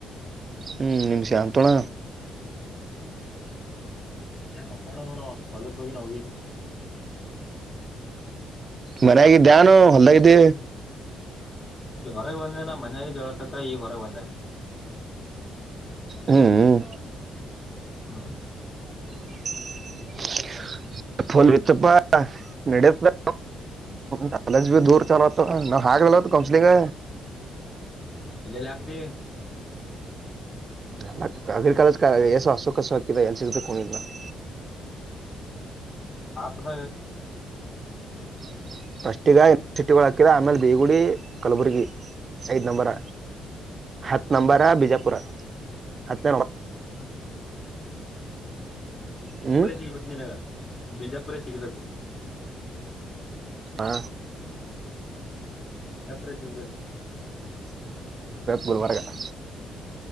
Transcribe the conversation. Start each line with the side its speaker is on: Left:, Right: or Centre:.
Right: ಹ್ಮನಿಮ್ ಶಂತೋಣ
Left: ಮನ್ಯ ಮಕ್ಕೊಂಡ ನೋ ಹೊಲಕ್ ಹೋಗಿ ನಿ
Right: ಮನಯಾಗಿದ್ದೆನು ಹೊಲ್ದಾಗಿದ್ದ
Left: ಹೊರಗೆ ಬಂದೇನ ಮನೆಯ ಜೊಳತಕ ಈ ಹೊರಗೆ ಬಂದ
Right: ಹ್ಮ್
Left: ಹಾ
Right: <inaudible> ಲ್ ಇತ್ತಪ್ಪ ನಡತ ನಾಲಜ್ ಬಿ ದೂರ್ ಚಲೋತ್ ನಾವ್ ಹಾಗ ಕೌಂಸಲ್ಂಗ
Left: ಎಲ್ಲೆಲ್ಲಿ ಹಾಕ್ದ
Right: ಎಲ್ಲ ಅಗ್ರಿಕಾಲ ಎಸು ಹಸು ಕಸು ಹಾಕಿದ ಎಲ್ ಸಿಗದ ಕಿದ್ನ <inaudible>
Left: ಹಾ ಪತ
Right: ಹ್ಮ ಫಸ್ಟ್ ಈಗನರ್ಸಿಟಿಗಳು ಹಾಕಿದ ಆಮೇಲೆ ಬೇಗುಡಿ ಕಲಬುರ್ಗಿ ಐದ್ ನಂಬರ್ ಹತ್ ನಂಬರ್ ಬಿಜಾಪುರ ಹತ್ತು
Left: ಬಾಕಿ ಹ್ಮ ಹ್ಮ ಬಿಜಾಪುರ
Right: ಹ್ಮ್
Left: ಸಿಗ್ಬೇಕು ನಿನಗ ಬಿಜಾಪುರ ಸಿಗ್ಬೇಕು
Right: ಹಾ
Left: ನಿಲ್ಲಪ್ರ ಸಿಗದು
Right: ಗರವಾರಗಾಗ